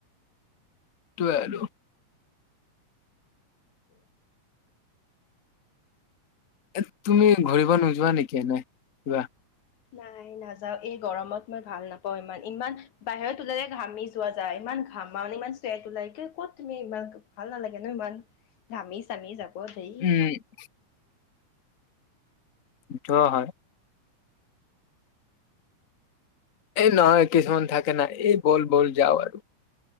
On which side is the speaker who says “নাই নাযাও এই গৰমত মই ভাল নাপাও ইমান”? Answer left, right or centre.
Left